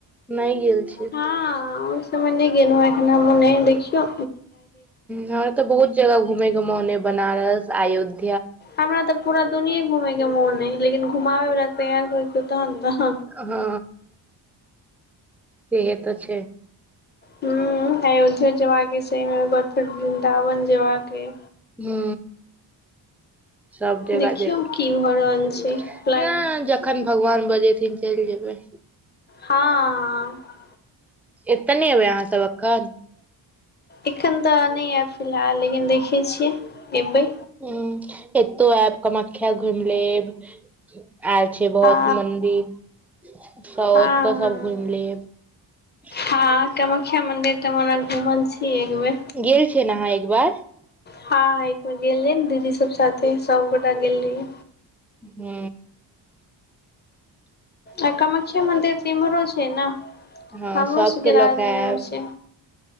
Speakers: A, in the centre; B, on the left.
A: नहि गेल छी
B: हँ मने गेलहु ह अपना मोने देखितो
A: हर तऽ बहुत जगह घूमेैके मोन अय बनारस अयोध्या
B: हमरा तऽ पूरा दुोनिे घूमेय के मोन है लेकिन घुममेे वलाा तैयार होते तहन तऽ
A: हँ सेहे तऽ छै
B: हू अयोध्या जेबाके समेके बाद फेर वृन्दावन जेबाके
A: हू सभ जगह
B: देखियौ
A: जेबै
B: की भऽ रहल छै प्लान
A: नहि जखन भगवान बजेथिन चलि जेबै
B: हँ
A: एत नई एबै अहाँ सब एखन
B: एखन त न ऐब फिलहाल लेकिन देखे छीये एबे
A: ह एतौ आयब कामाख्या घुमि लेब आयल छै बहुत
B: हँ
A: मन्दिर सब
B: हँ हँ
A: ओतऽ
B: हँ
A: सब घुमि लेब
B: हँ कामाख्या मंदिर त हम ओना घुमल छीये
A: गेल छियै ने अहाँ एक बार
B: हँ एकबर गेल रहिए न दीदी स सब साथे सभगोटा मिल लिय
A: हू
B: आ कामाख्ष्या मन्दिर त इम्हरो छै ने
A: हँ
B: हमरो
A: सबके
B: सभके
A: लऽ
B: राजनगरमे
A: के आयब
B: छै